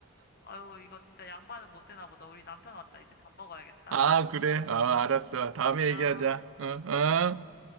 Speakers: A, on the left (about 45°); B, on the right (about 70°).
A: 아유, 이거 진짜 양반은 못 되나 보다. 우리 남편 왔다. 이제 밥 먹어야겠다.
B: 아,
A: <laughs>
B: 그래. 아, 알았어. 다음에
A: 안녕.
B: 얘기하자. 어, 어?